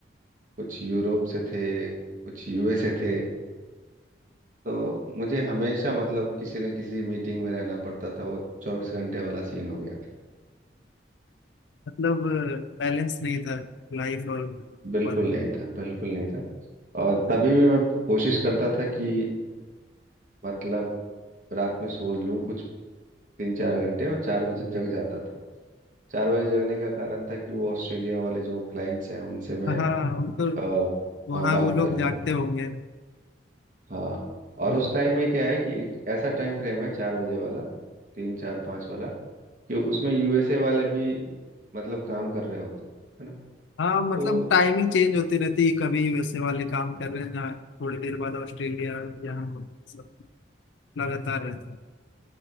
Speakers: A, on the right; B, on the left.
A: कुछ यूरोप से थे कुछ यूएसए थे तो मुझे हमेशा मतलब किसी न किसी मीटिंग में रहना पड़ता था वो चौबीस घंटे वाला सीन हो गया था
B: मतलब बैलेंस नहीं था लाइफ और
A: बिल्कुल
B: वर्क
A: नहीं था बिल्कुल नहीं था और तभी भी मैं कोशिश करता था कि मतलब रात में सो लूं कुछ तीन चार घंटे मैं चार बजे जग जाता था चार बजे जगने का कारण था कि वो ऑस्ट्रेलिया वाले जो क्लाइंट्स हैं उनसे मैं
B: हाँ वो तो
A: अ,
B: वहाँ
A: हाँ बात
B: वो लोग
A: कर लूँ
B: जागते होंगे
A: हाँ और
B: हाँ।
A: उस टाइम में क्या है कि एक ऐसा टाइम फ्रेम है चार बजे वाला तीन चार पाँच वाला कि उसमें यूएसए वाले भी मतलब काम कर रहे होते हैं है ना
B: हाँ मतलब
A: तो
B: टाइमिंग चेंज होती रहती है कभी यूएसए वाले काम कर
A: हाँ
B: रहे हैं ना थोड़ी देर बाद ऑस्ट्रेलिया या हम लोग सब लगातार रहते हैं